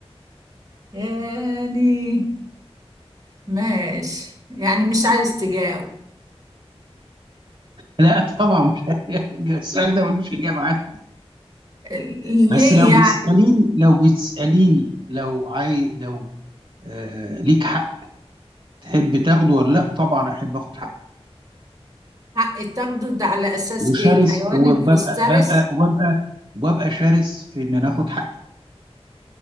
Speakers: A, on the right; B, on the right.
A: يعني ماشي يعني مش عايز تجاوب
B: لا طبعا مش <laughs> السؤال ده ملوش اجابه عنه
A: ال-
B: بس
A: ليه
B: لو بتساليني
A: يعني
B: لو بتساليني لو عاي لو آه ليك حق تحب تاخده ولا لا طبعا احب اخد حقي
A: حق تاخده ده على اساس
B: وشرس
A: ايه الحيوان
B: وببقى
A: الفسترس
B: ببقى وببقى وببقى شرس في ان انا اخد حقي